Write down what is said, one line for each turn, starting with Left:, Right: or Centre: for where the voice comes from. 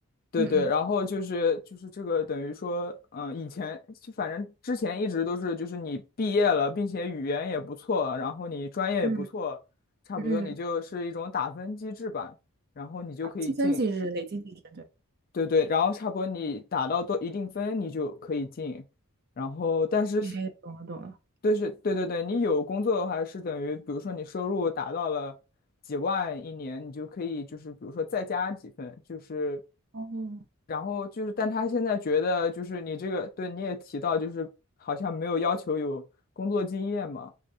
Left: 对对，
Right: 嗯嗯
Left: 然后就是就是这个等于说嗯以前就反正之前一直都是就是你毕业了，并且语言也不错，然后你专业也不错，
Right: 嗯
Left: 差不多你就是一种打分机制吧，
Right: 嗯，
Left: 然后你就可以进。
Right: 啊，积分机制、累积机制，对，
Left: 对对，然后差不多你打到多一定分，你就可以进。然后，但是是
Right: 哎，懂了懂了，
Left: 对是，对对对，你有工作的话是等于，比如说你收入达到了几万一年，你就可以就是比如说再加几分，就是
Right: 哦
Left: 然后就是，但他现在觉得就是你这个，对，你也提到，就是好像没有要求有工作经验嘛，